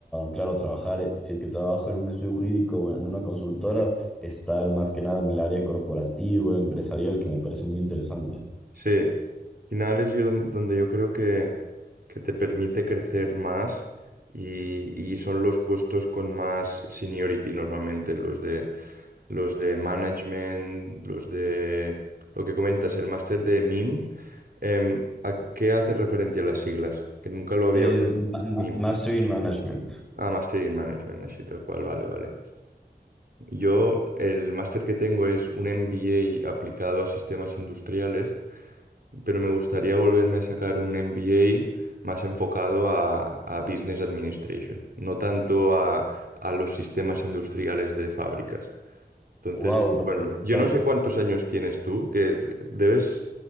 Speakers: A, in the centre; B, on the right.
A: claro, trabajar, eh, si es que trabajo en un estudio jurídico o en una consultora, estar más que nada en el área corporativa, empresarial, que me parece muy interesante.
B: Sí, al final es yo don- donde yo creo que, que te permite crecer más y, y son los puestos con más seniority normalmente, los de, los de management, los de lo que comentas, el máster de MIM. Em, ¿a qué hace referencia las siglas? Que nunca lo había
A: Es
B: oído.
A: ma- ma-
B: MIM.
A: Master in Management.
B: Ah, Master in Management, así tal cual, vale, vale. Yo el máster que tengo es un MBA aplicado a sistemas industriales pero me gustaría volverme a sacar un MBA más enfocado a, a Business Administration, no tanto a, a los sistemas industriales de fábricas. Entonces,
A: Wow, pero
B: bueno, yo
A: claro,
B: no sé cuántos años tienes tú, que de- debes